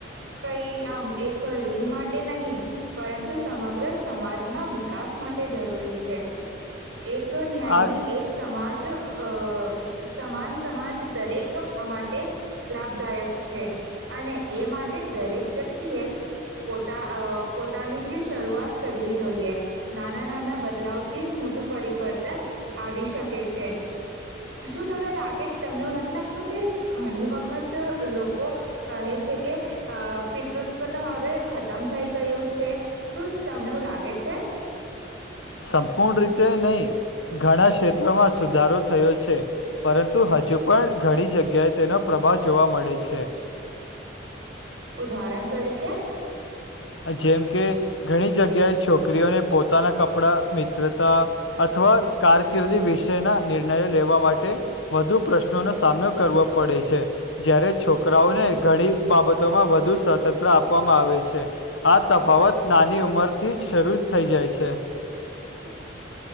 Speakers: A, on the right; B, on the left.
A: કઈ આમ એક લિંગ માટે નહીં, પરંતુ સમગ્ર સમાજના વિકાસ માટે જરૂરી છે. એક ન્યાયની
B: આ
A: એક સમાજ અ સમાન સમાજ દરેક માટે લાભદાયક છે. અને એ માટે દરેક વ્યક્તિએ પોતા પોતાનીથી શરૂઆત કરવી જોઈએ નાના નાના બદલાવ થી જ પરિવર્તન આવી શકે છે. શું તમને લાગે તમને એવું નથી લાગતું કે ઘણી વખત લોકો કહે છે, કે પિતૃસ્વતા હવે, ખતમ થઈ ગયું છે શું તમને એવું લાગે છે.
B: સં પૂણ રીતે નહી ઘણા ક્ષેત્ર માં સુધારો થયો છે. પરંતુ, હજુ પણ ઘણી જગ્યાએ તેનો પ્રભાવ જોવા મળે છે.
A: ઉદાહરણ તરીકે
B: જેમ કે ઘણી જગ્યાએ છોકરીઓને પોતાના કપડા મિત્રતા અથવા કારકિર્દી વિ છે. ના નિર્ણયો લેવા માટે વધુ પ્રશ્ન નો સામનો કરવો પડે છે. જયારે છોકરાઓને ઘણી બાબતોમાં વધુ સ્વતંત્ર આપ આપવામાં આવે છે. આ તફાવત નાની ઉંમર થી જ શરૂ જ થઈ જાય છે. છે.
A: હમ્મ,